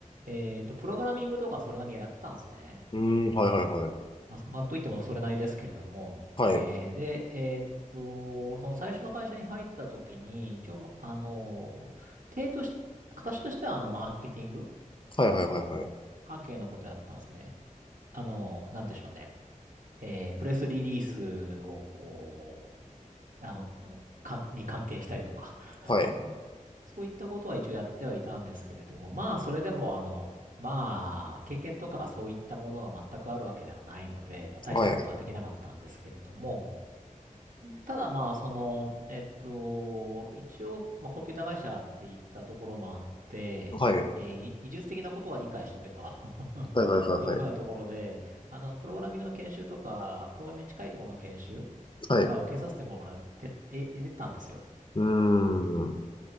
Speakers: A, on the right (about 75°); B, on the left (about 40°).
A: ーえっと、プログラミングとかそれなりにやってたんですね。
B: うーん、はいはいはい。
A: まあ、まあといってもそれなりですけれども、
B: はい。
A: えーで、えっと、その最初の会社に入った時に、一応、まあのー手とし、形としては、あの、マーケティング
B: はいはいはいはい。
A: 関係のことやったんですね。あの、なんでしょうね。えープレスリリースをこう、あの、かんに関係したりとか、<laughs>
B: はい。
A: そういったことは一応やってはいたんですけれども、まあ、それでも、あの、まあ、経験とかそういったものが全くあるわけではないので、まあ、大したことはできなかったんですけれども、
B: はい。
A: ただまあ、その、えっと、一応、まあ、コンピュータ会社って言ったところもあって、
B: はい。
A: えーぎ技術的なことは理解しとけと <laughs>
B: はいはいはいはい。
A: いうふうなところで、あの、プログラミングの研修とか、プログラミングに近いところの研修とかを受けさせてもらって、
B: はい。
A: え、え、たんですよ。
B: うーん。